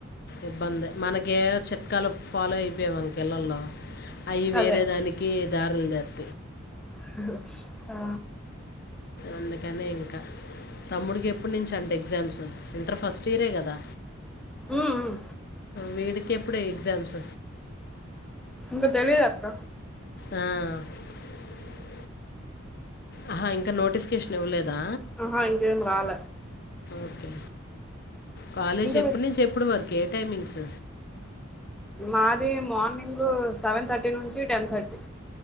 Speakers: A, on the left; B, in the centre.
A: ఇబ్బంది మనక ఏవో చిట్కాలు ఫాలో అయిపోయామ్ మన ఇల్లల్లో అయి వేరే
B: అదే
A: దానికి దారులు దర
B: హ హ్మ్ ఆ
A: అందుకనే ఇంకా తమ్ముడికి ఎప్పుడు నుంచ అండి ఎగ్జామ్స్ ఇంటర్ ఫస్ట్ ఇయరే కదా
B: ఉమ్
A: వీడికి ఎప్పుడో ఎగ్జామ్స్
B: ఇంకా తెలిదు అక్క
A: ఉమ్ ఆహా ఇంకా నోటిఫికేషన్ ఇవ్వలేదా
B: ఆహా ఇంకేంరాల
A: ఓకే కాలేజ్ ఎప్పుట్నుంచి
B: విన్-
A: ఎప్పుడు వరకి ఏ టైమింగ్స్
B: మాది మార్నింగు సెవెన్ థర్టీ నుంచి టెన్ థర్టీ